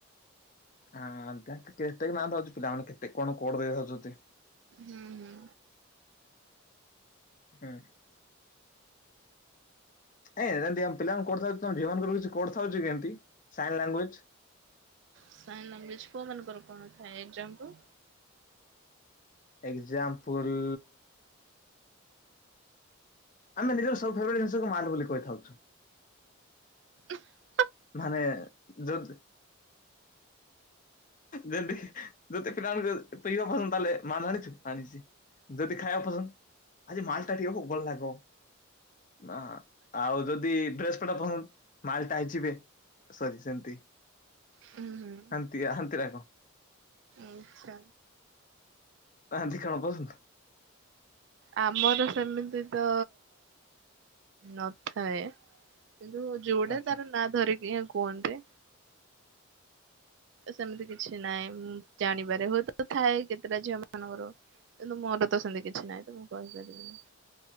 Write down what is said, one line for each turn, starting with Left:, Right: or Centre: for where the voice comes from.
Left: ହଁ କେତେଉଛି ପିଲାମାନେ କେତେ କଣ କୋଡ ଦେଇଥାଉଛନ୍ତି।
Right: ହୁଁ ହୁଁ।
Left: ହୁଁ। ଏ ଯେମତି ଆମେ ପିଲାଙ୍କୁ କରିଥାଉଛ ତମ ଜୀବନ କିଛି କରିଥାଉଚ କେମତି ସାଇନ୍ ଲାଙ୍ଗୁଏକ।
Right: ସାଇନ ଲଗୁଏ ଜେକଉମନଙ୍କ କର କଣ ଥାଏ ଏଜାମ୍ପ।
Left: ଏଗଜାମ୍ପଲ ଆମେ ନିଜର ସବୁ ଫେଟ୍ ଜିନିଷକୁ ମାଲ ବୋଲି କହିଥାଉଛୁ।
Right: ହ।
Left: ମାନେ ଯଦ। ଯେମିତି ଯଦି ପିଲାମାନଙ୍କୁ ପିଇବା ପସନ୍ଦ ତାହେଲେ ମାଲ ଆଣିଛୁ ଆଣିଛି ଯଦି ଖାଇବା ପସନ୍ଦ ଆଜି ମାଲଟା ଟିକେ ଭଲ ଲାଗିବ ନା। ଆଉ ଯଦି ଡ୍ରେସ୍ ଟା ମାଲଟା ହେଇଯିବେ ସରି ସେମତି।
Right: ହୁଁ ହୁଁ
Left: ଆନ୍ତିରା କ।
Right: ଆଚ୍ଛା।
Left: ଭନ୍ତିଖଣ ପାସନ।
Right: ଆମର ସେମିତି ତ ନଥାଏ। କିନ୍ତୁ ଯୋଉଟା
Left: ଆଚ୍ଛା
Right: ତାର ନାଁ ଧରିକି କୁହରେ ସେମିତି କିଛି ନାହିଁ ମୁଁ ଜାଣିପାରେ ହୁଏତ ଥାଏ କେତେଟା ଝିଅ ମାନଙ୍କର କିନ୍ତୁ ମୋର ତ ସେମିତି କିଛି ନାହିଁ ତ ମୁଁ କହିପାରିବିିନି